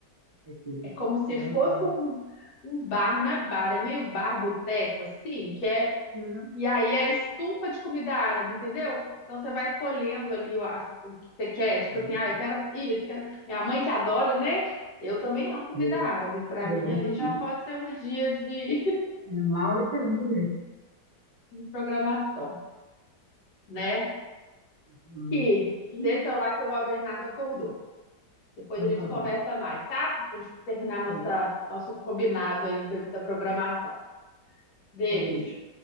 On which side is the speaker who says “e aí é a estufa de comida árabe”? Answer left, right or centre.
Left